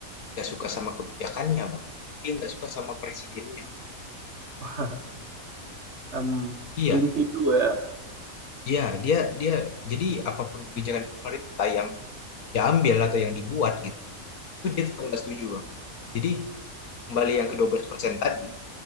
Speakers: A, on the left; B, on the right.
A: nggak suka sama kebijakannya, Bang. Tapi dia nggak suka sama presidennya.
B: Wah, em,
A: Iya,
B: individu ya.
A: iya, dia dia jadi apapun kebijakan pemerintah yang diambil atau yang dibuat gitu, itu dia tetap nggak setuju, Bang. Jadi kembali yang ke 12% tadi,